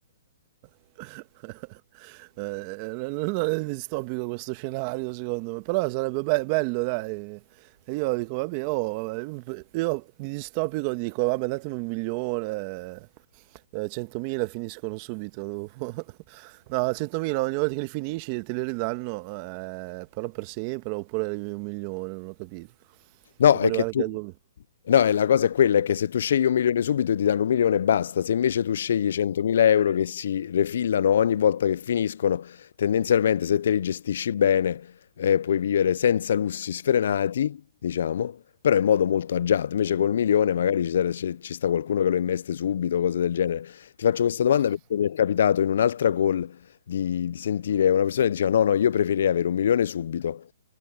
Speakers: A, on the right; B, on the left.
A: <laughs> Eh, non non è distopico questo scenario secondo me, però sarebbe be- bello, dai. E io dico, vabbè, oh, vabbè, io di distopico dico, vabbè, datemi un milione, eh, 100.000 finiscono subito. dopo. <laughs> No, 100.000 ogni volta che li finisci te li ridanno, eh, però per sempre, oppure arrivi a un milione, non ho capito.
B: No,
A: Se può
B: è
A: arrivare
B: che tu...
A: anche a 2
B: No, è la cosa è quella, è che se tu scegli un milione subito ti danno un milione e basta. Se invece tu scegli 100.000 euro che si refillano ogni volta che finiscono, tendenzialmente se te li gestisci bene eh, puoi vivere senza lussi sfrenati, diciamo, però in modo molto agiato. Invece col milione magari ci, sare- ci- ci sta qualcuno che lo investe subito, cose del genere. Ti faccio questa domanda perché mi è capitato in un'altra call di, di sentire una persona che diceva no, no, io preferirei avere un milione subito